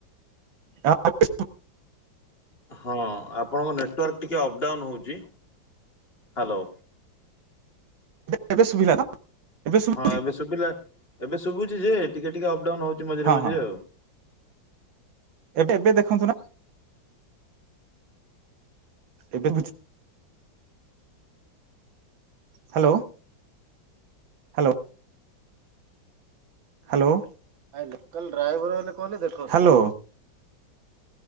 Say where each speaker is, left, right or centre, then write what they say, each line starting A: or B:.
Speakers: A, on the right; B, on the left.
A: <unintelligible>
B: ହଁ ଆପଣଙ୍କ ନେଟୱାର୍କ ଟିକେ ଅ ପଡାଉନ୍ ହୋଉଚି ହାଲୋ।
A: ଏବେ ଏବେ ଶୁଭିଲା ତ? ଏବେ ଶୁଭୁଛି
B: ହଁ ଏବେ ଶୁଭିଲା। ଏବେ ଶୁଭୁଚି ଯେ ଟିକେ ଟିକେ ଅପଡାଉନ ହୋଉଚି ମଝିରେ
A: ହଁ
B: ମଝିରେ
A: ହଁ
B: ଆଉ।
A: ଏବେ ଏବେ ଦେଖନ୍ତୁ ନାଁ। ଏବେ ମୁଚ୍ ହାଲୋ। ହାଲୋ। ହ୍ୟାଲୋ ଭାଇ ଲୋକାଲ ଡ୍ରାଇଭର ମାନେ କଣ ଟିକେ ଦେଖ ହାଲୋ